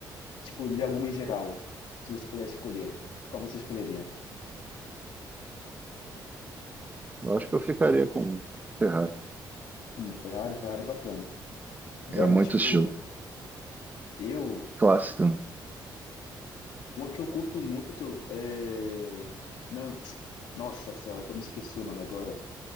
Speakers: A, on the left; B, on the right.
A: Tipo, de alguma em geral, se você pudesse escolher, qual você escolheria?
B: Eu acho que eu ficaria com Ferrari.
A: Hum, Ferrari, Ferrari é bacana. Velho,
B: É muito
A: tipo,
B: estilo.
A: eu,
B: Clássico. né?
A: uma que eu curto muito é... Não, <tsk> nossa senhora, até me esqueci o nome agora.